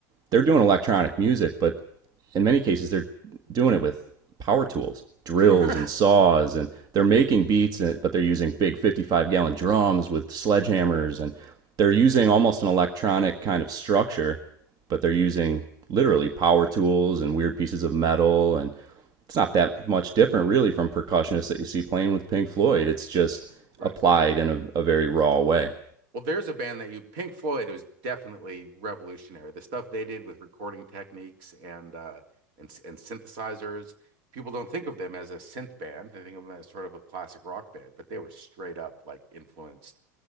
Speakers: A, on the right; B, on the right.
A: they're doing electronic music, but in many cases they're doing it with power tools, drills
B: <laughs>
A: and saws, and they're making beats, eh, but they're using big 55 gallon drums with sledgehammers, and they're using almost an electronic kind of structure, but they're using literally power tools and weird pieces of metal, and it's not that much different really from percussionists that you see playing with Pink Floyd. It's just
B: Right.
A: applied in a, a very raw way.
B: Well, there's a band that you, Pink Floyd, was definitely revolutionary. The stuff they did with recording techniques and uh, and and synthesizers, people don't think of them as a synth band. They think of them as sort of a classic rock band, but they were straight up like influenced